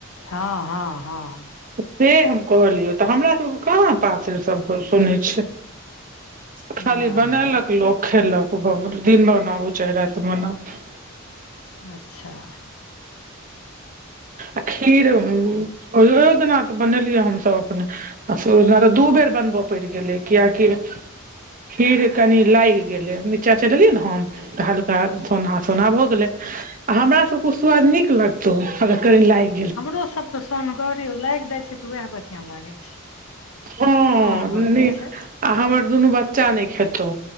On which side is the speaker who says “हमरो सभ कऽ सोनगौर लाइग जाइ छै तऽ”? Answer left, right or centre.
Left